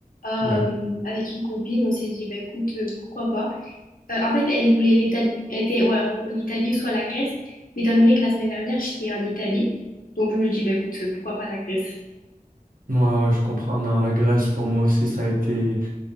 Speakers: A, on the left; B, on the right.
A: Euh,
B: D'accord.
A: avec une copine, on s'est dit, ben, écoute, euh, pourquoi pas. Euh, en fait, elle voulait l'Italie. Elle était, ouais, bon, l'Italie ou soit la Grèce. Mais étant donné que la semaine dernière, j'étais en Italie, donc je me dis, ben, écoute, euh, pourquoi pas la Grèce?
B: Ouais, ouais, je comprends. Non, la Grèce, pour moi aussi, ça a été,